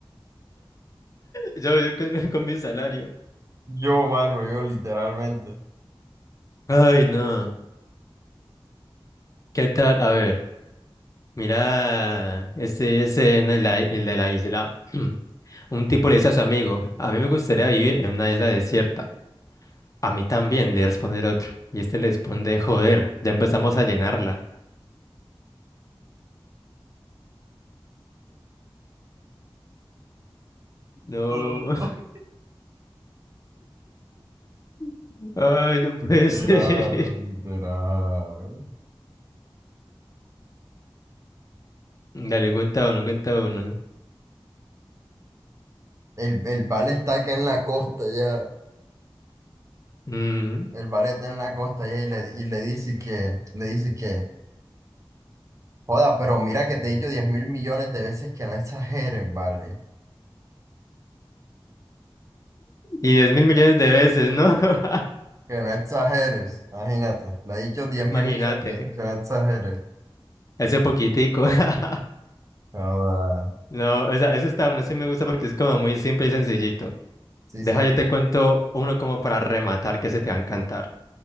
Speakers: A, on the left; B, on the right.
A: Yo, yo con, con mi salario.
B: Yo, mano, yo literalmente.
A: Ay, no. ¿Qué tal? A ver. Mira, este es en el, ai- el de la isla. <clears throat> Un tipo le dice a su amigo, a mí me gustaría vivir en una isla desierta. A mí también, le responde el otro. Y este le responde, joder, ya empezamos a llenarla. No,
B: <laughs>
A: <laughs> ay, no puede
B: Literal,
A: ser. <laughs>
B: literal.
A: Dale, cuenta uno, cuenta uno.
B: El, el vale está acá en la costa ya.
A: Mm,
B: El vale está en la costa ya y le, y le dice que, le dice que, joda, pero mira que te he dicho diez mil millones de veces que no exageres, vale.
A: Y diez mil millones de veces, ¿no? <laughs>
B: Que no exageres, imagínate. Le he dicho diez mil
A: Imagínate,
B: millones de veces que no exageres.
A: ese poquitico. <laughs>
B: Joda.
A: No, esa, ese está, uno sí me gusta porque es como muy simple y sencillito.
B: Sí,
A: Deja,
B: sí.
A: yo te cuento uno como para rematar que se te va a encantar.